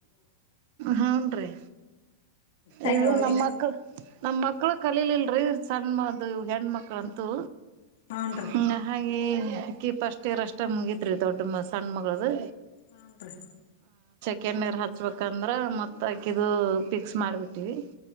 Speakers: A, on the right; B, on the left.
A: ಹನ್ ರೀ
B: ಹಾಗೆ
A: ಇವು
B: ಅವ್ರಿಗೇನ್
A: ನಮ್ಮ ಮಕ್ಳ ನಮ್ಮ ಮಕ್ಳು ಕಲಿೀಲಿಲ್ರರಿ ಸಣ್ಣ್ಮದು ಹೆಣ್ಮಕ್ಳಂತೂ.
B: ಹೂನ್ರಿ
A: ಹ್ಮ ಹಾಗಾಗಿ ಅಕ್ಕಿ ಪಷ್ಟಟ್ ಇರಷ್ಟ ಮುಂಗಿತ್ರಿ ದೊಡ್ಡ ಮ ಸಣ್ಣ ಮಗಳದು.
B: ಹನ್ ರೀ
A: ಕೆಣ್ಣರು ಹಚ್ಬೇಕಂದ್ರೆ ಮತ್ತಾಕಿದು ಪಫಿಕ್ಸ್ ಮಾಡ್ಬೇಕು. ಹತವಿ